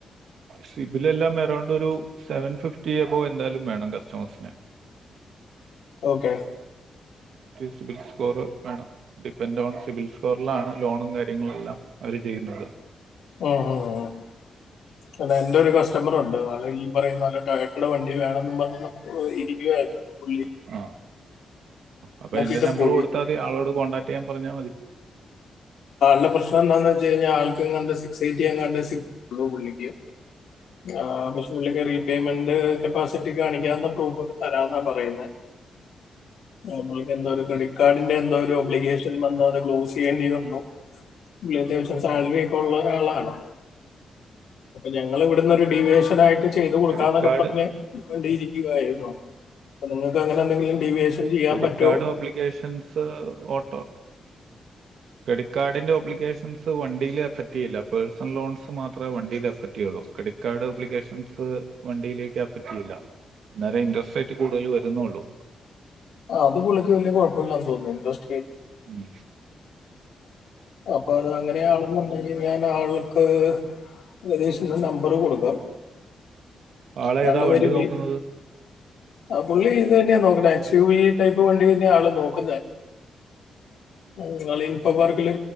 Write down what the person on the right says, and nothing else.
സിബിലെല്ലാം അറൗണ്ട് ഒരു സെവൻ ഫിഫ്റ്റി എബോ എന്തായാലും വേണം കസ്റ്റമേഴ്സിന്
സിബിൽ സ്കോർ വേണം ഡിപൻഡ് ആണ് സിബിൽ സ്കോറിലാണ് ലോണും കാര്യ ങ്ങളെല്ലാം അവര് ചെയ്യുന്നത്
ആ അപ്പൊ
എന്റെ നമ്പർ
കൊടുത്തതി ആളോട് കോൺടാക്ട് ചെയ്യാൻ പറഞ്ഞാൽ മതി
ക്രെഡിറ്റ് കാർഡ്
ക്രെഡിറ്റ്
കാർഡ് ഓബ്ലിഗേഷൻസ് ഓട്ടോ ക്രെഡിറ്റ് കാർഡിന്റെ ഓബ്ലിക്കേഷൻസ് വണ്ടിയിൽ അഫറ്റേയ്യില്ല പേഴ്സണൽ ലോൺസ് മാത്രമേ വണ്ടിൽ അഫറ്റ് ചെയ്യുള്ളു ക്രെഡിറ്റ് കാർഡ് ഒബ്ലിക്കേഷൻസ് വണ്ടിയിലേക്ക് അഫേറ്റ് ചെയ്യില്ല അന്നേരം ഇൻട്രാസേറ്റ് കൂടുതൽ വരുംന്നുള്ളൂ
ഉം
ആളേതാ
വണ്ടി
നോക്കുന്നത്